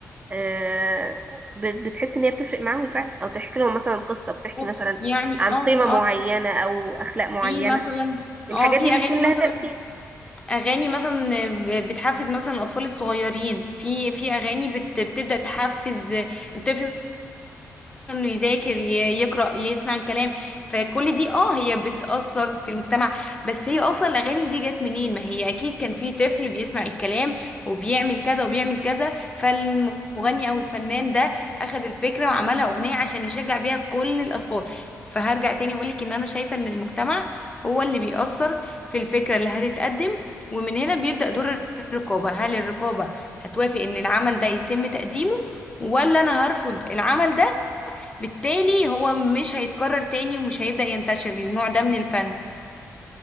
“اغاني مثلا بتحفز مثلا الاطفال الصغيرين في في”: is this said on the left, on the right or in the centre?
Left